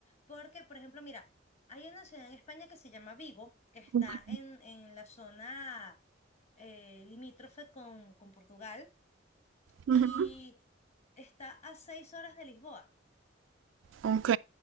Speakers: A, on the left; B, on the right.
A: porque, por ejemplo, mira, hay una ciudad en España que se llama Vigo, que está
B: Ok.
A: en, en la zona eh, limítrofe con, con Portugal
B: Ujú.
A: y está a seis horas de Lisboa.
B: Ok.